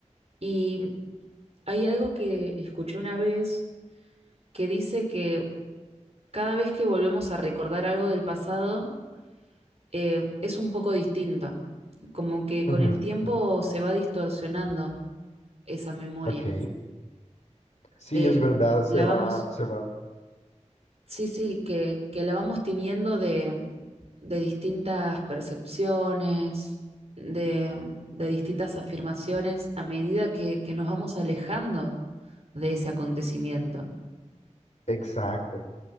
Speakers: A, on the right (about 55°); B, on the left (about 65°).
A: Y hay algo que escuché una vez que dice que cada vez que volvemos a recordar algo del pasado eh, es un poco distinto, como que con
B: Ujú,
A: el tiempo se va distorsionando esa memoria.
B: Ok, sí,
A: Eh,
B: es verdad,
A: la
B: se va,
A: vamos
B: se va,
A: Sí, sí, que, que la vamos teniendo de, de distintas percepciones, de, de distintas afirmaciones a medida que, que nos vamos alejando de ese acontecimiento.
B: exacto.